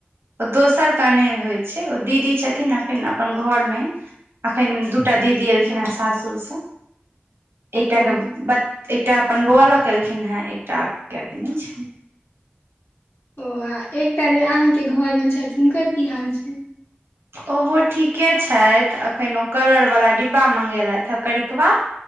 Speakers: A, on the right (about 80°); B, on the left (about 65°).
A: ओ दोसर कनेल होइ छै ओ दीदी छथिन अखन अपन घर मे अखन दू दु टा दीदी एलखिने
B: हँ,
A: सासुरसँ एकटा
B: ओ
A: के ब एकटा अपन बौआ लक एलखिन हे एकटा के अखन नहि छैन।
B: ओ आ एकटा जे अहाँके घर मे छथि हुनकर की हाल छनि।
A: ओहो ठीके छथि अखन ओ कलर वाला डिब्बा मंगेलथि हे करिकबा।